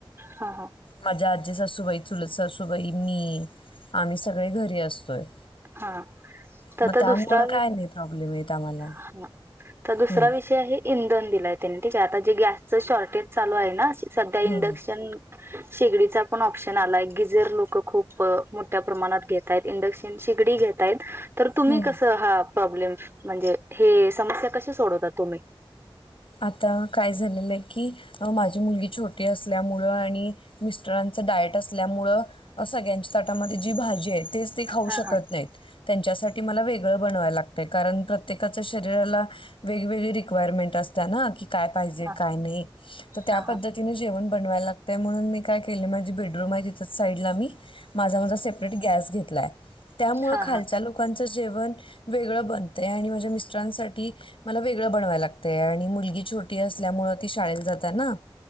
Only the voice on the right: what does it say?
हा हां
हां तर
तर
दुसरा
हा तर दुसरा
विषय आहे. इंधन दिलय त्यांनी ठीक आहे आता जे गॅसच शॉर्टेज चालू आहे ना सध्या इंडक्शन.
शेगडीचा पण ऑप्शन आलाय गिजर लोक खूप मोठ्या प्रमाणात घेत आहेत इंडक्शन शेगडी घेतायत तर तुम्ही
कस प्रॉब्लेम म्हणजे हे समस्या कस सोडवता तुम्ही?
हा
हा
हा
हा
हा
हा
हा